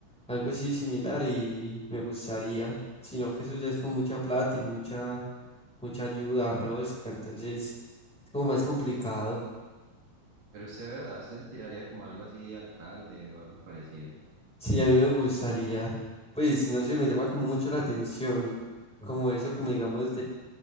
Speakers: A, in the centre; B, on the right.
A: algo así similar y me gustaría, sino que eso ya es con mucha plata y mucha, mucha ayuda, rosca, entonces es como más complicado.
B: Pero usted, ¿verdad? ¿Usted se tiraría como algo así de alcalde o algo parecido?
A: Sí, a mí me gustaría, pues no sé, me llama como mucho la atención, como eso, como digamos